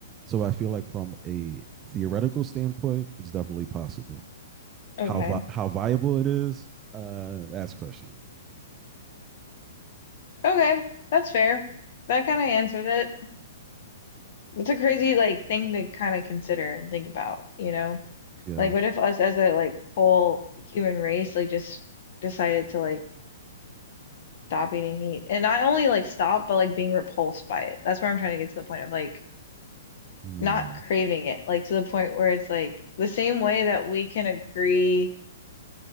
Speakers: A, on the right (about 15°); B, on the left (about 45°).
A: So I feel like from a theoretical standpoint, it's definitely possible.
B: Okay.
A: How vi- how viable it is, uh, that's questionable.
B: Okay, that's fair. That kind of answered it. It's a crazy like thing to kind of consider and think about, you know?
A: Yeah,
B: Like, what if us as a like whole human race like just decided to like stop eating meat and not only like stop, but like being repulsed by it. That's where I'm trying to get to the point of like
A: Hmm.
B: not craving it, like to the point where it's like the same way that we can agree